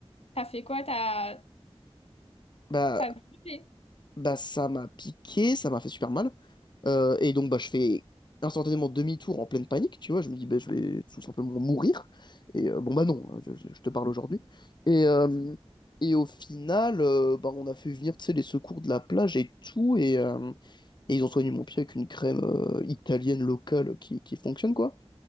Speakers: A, on the left; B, on the left.
A: T'as fait quoi? T'as
B: Bah,
A: t'as bougé.
B: bah ça m'a piqué, ça m'a fait super mal. Euh, et donc bah je fais instantanément demi-tour en pleine panique, tu vois. Je me dis bah je vais tout simplement mourir. Et euh, bon bah non, hein, je, je- je te parle aujourd'hui. Et, euh, et au final, euh, bah on a fait venir tu sais les secours de la plage et tout, et, euh, et ils ont soigné mon pied avec une crème euh, italienne locale qui, qui fonctionne quoi.